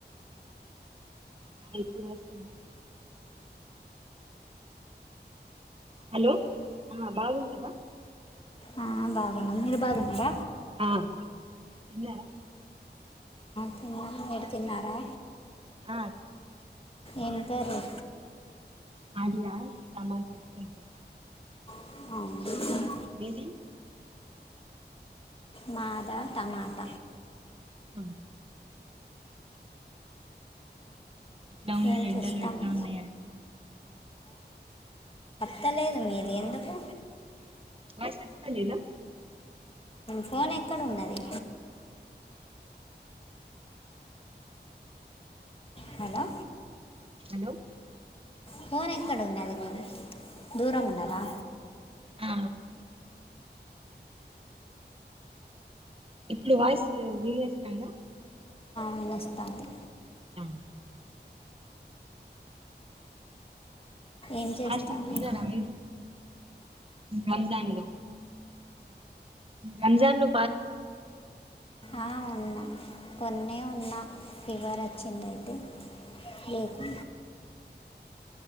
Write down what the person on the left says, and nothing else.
ఆ బా మీరు బాగున్నర
తిన్నా మీరు తిన్నారా
ఏం కర్రీ
అవును
మాద టమాట
ఏం
చేస్తాను
ఎత్తలేదు మీది ఎందుకు
ఫోన్ ఎక్కడ ఉందండి హలో
ఫోన్ ఎక్కడ ఉన్నది మీరు దూరం ఉన్నదా
వినపిస్తాంది
ఏం చేస్తాను
ఆ ఉన్నా కునే ఉన్న ఫీవర్ వచ్చిందయితే లేకు